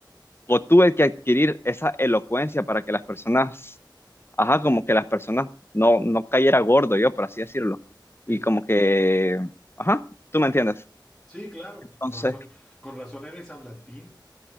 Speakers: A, on the left; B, in the centre.
A: o tuve que adquirir esa elocuencia para que las personas, ajá, como que las personas no, no cayera gordo yo, por así decirlo. Y
B: Sí,
A: como que, ajá, tú me entiendes.
B: sí, claro,
A: Entonces,
B: pues con razón, con razón eres hablantín.